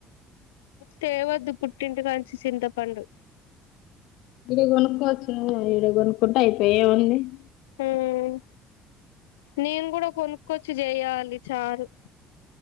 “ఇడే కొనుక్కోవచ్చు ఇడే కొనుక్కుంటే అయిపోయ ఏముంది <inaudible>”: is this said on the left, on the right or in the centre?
Left